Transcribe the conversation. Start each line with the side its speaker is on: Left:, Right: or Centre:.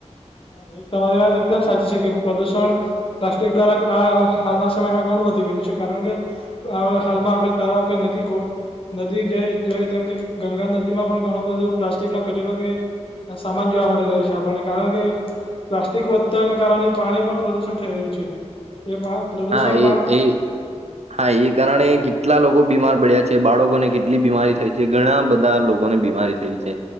Left: હા એ તમારી વાત એકદમ સાચી છે, કે પ્રદુષણ પ્લાસ્ટિક દ્વારા હાલના સમયમાં ઘણું વધી ગયું છે, કારણ કે હાલમાં આપડણે તરાવ કે નદી ક નદી જોય તેમ કે ગંગા નદી માં પણ ઘણો બધો પ્લાસ્ટિક ન કચરો કે સામાન જોવા મળી રહ્યો છે આપણને કારણ કે પ્લાસ્ટિક વધતાના કારણે પાણી પણ પ્રદુષણ થઈ રહ્યું છે, એ પ્રદુષણ
Right: હા એ
Left: પા
Right: એ હા એ કારણે કેટલા લોકો બીમાર પડ્યા છે બાળકોને કેટલી બીમારી થઈ જે ઘણા બધા લોકોની બીમારી થઈ છે,